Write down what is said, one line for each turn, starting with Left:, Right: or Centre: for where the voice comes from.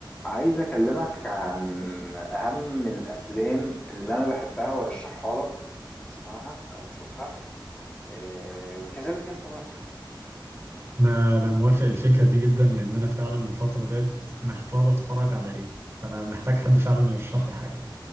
Left: عايز أكلمك عن أهم الأفلام اللي أنا بحبها وأرشحها لك تسمعها أو تشوفها آه، وكذلك أنت برضه
Right: انا انا موافق الفكره دي جدا لان انا فعلا الفتره ديت محتار اتفرج على ايه انا محتاج حد فعلا يرشح لي حاجه